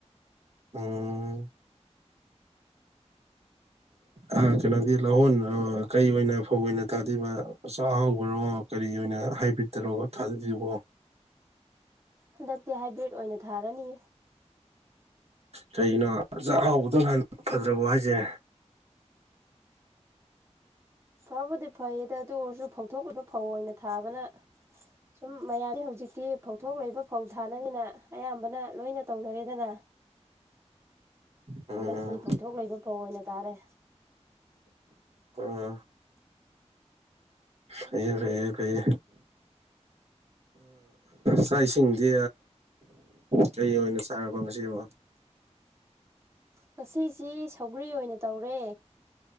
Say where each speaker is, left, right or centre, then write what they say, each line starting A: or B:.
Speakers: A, on the right (about 60°); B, on the right (about 20°).
A: ꯎꯝ ꯑ ꯀꯩꯅꯣꯗꯤ ꯂꯧꯍꯣꯟ ꯀꯔꯤ ꯑꯣꯏꯅ ꯐꯧ ꯑꯣꯏꯅ ꯊꯥꯗꯩꯕ ꯆꯥꯛꯑꯍꯥꯎꯕꯔꯣ ꯀꯔꯤ ꯑꯣꯏꯅ ꯍꯥꯏꯕꯤꯠꯇꯔꯣ ꯊꯥꯗꯣꯏꯖꯤꯕꯣ
B: ꯍꯟꯗꯛꯇꯤ ꯍꯥꯏꯕ꯭ꯔꯤꯠ ꯑꯣꯏꯅ ꯊꯥꯔꯅꯤ
A: ꯀꯩꯅꯣ ꯆꯥꯛꯍꯥꯎꯕꯗꯣ ꯍꯥꯟ ꯐꯖꯕꯣ ꯍꯥꯏꯁꯦ
B: ꯐꯕꯨꯗꯤ ꯐꯩꯌꯦꯗ ꯑꯗꯨ ꯑꯣꯏꯔꯁꯨ ꯐꯥꯎꯊꯣꯛꯂꯤꯕ ꯐꯧ ꯑꯣꯏꯅ ꯊꯥꯕꯅ ꯁꯨꯝ ꯃꯌꯥꯝꯁ ꯍꯧꯖꯤꯛꯇꯤ ꯐꯧꯊꯣꯛ ꯂꯩꯕ ꯐꯧ ꯊꯥꯅꯅꯤꯅ ꯑꯌꯥꯝꯕꯅ ꯂꯣꯏꯅ ꯇꯧꯅꯔꯦꯗꯅ
A: ꯎꯝ
B: ꯍꯟꯗꯛꯇꯤ ꯐꯧꯊꯣꯛ ꯂꯩꯕ ꯐꯧ ꯑꯣꯏꯅ ꯇꯥꯔꯦ
A: ꯑꯥ ꯐꯩꯌꯦ ꯐꯩꯌꯦ ꯐꯩꯌꯦ ꯆꯥꯛ ꯏꯁꯤꯡꯗꯤ ꯀꯩ ꯑꯣꯏꯅ ꯆꯥꯔꯕꯣ ꯉꯁꯤꯕꯣ
B: ꯉꯁꯤꯁꯤ ꯁꯧꯒ꯭ꯔꯤ ꯑꯣꯏꯅ ꯇꯧꯔꯦ